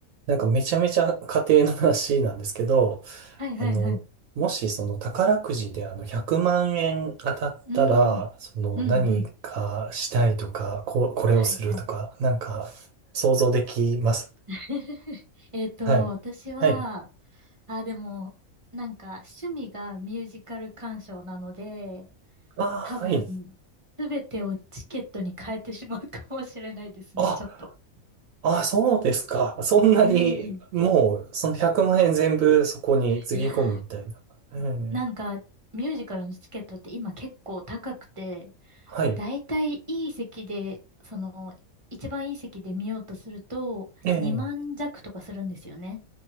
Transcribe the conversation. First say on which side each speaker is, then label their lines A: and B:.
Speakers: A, on the right; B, on the right.
A: なんかめちゃめちゃ家庭の話なんですけど、
B: はいはいはい。
A: あの、もしその宝くじであの100万円当たったら、
B: うん。
A: その何かしたいとか、
B: うんうん。
A: こ、これをするとか、
B: はいはい。
A: なんか想像できます。
B: <laughs> えっと、
A: はい。
B: 私は、
A: はい。
B: あ、でも、なんか趣味がミュージカル鑑賞なので、
A: ああ、
B: 多分、
A: はい。
B: すべてをチケットに変えてしまうかもしれないですね、
A: あ、
B: ちょっと。
A: あ、そうですか。そんなに、
B: うん。
A: もうその100万円全部そこにつぎ込むみたいな。
B: いやー、
A: ええ
B: なんか、ミュージカルのチケットって今結構高くて、
A: はい。
B: だいたいいい席で、その、一番いい席で見ようとすると、
A: ええ
B: 2万弱とかするんですよね。